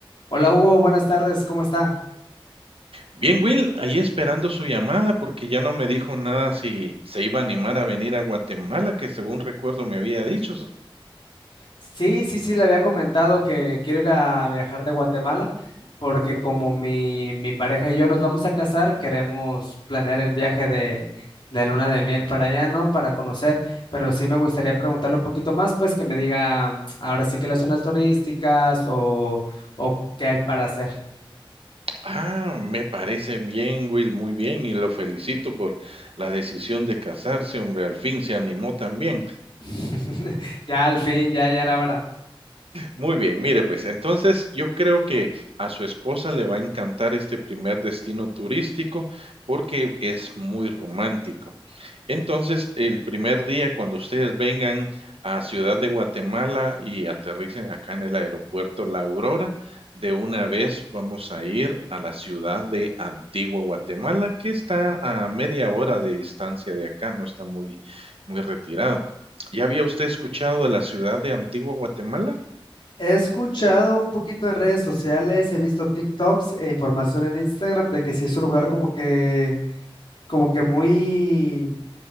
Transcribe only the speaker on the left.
Hola Hugo, buenas tardes, ¿cómo está?
Sí, sí, sí, le había comentado que quiero ir a viajar de Guatemala porque como mi, mi pareja y yo nos vamos a casar, queremos planear el viaje de, de luna de miel para allá, ¿no? Para conocer, pero sí me gustaría preguntarle un poquito más, pues que me diga mm, ahora sí que las zonas turísticas o, o qué hay para hacer.
<laughs> Ya al fin, ya, ya era hora.
He escuchado un poquito en redes sociales, he visto TikToks e información en Instagram de que sí es un lugar como que, como que muy,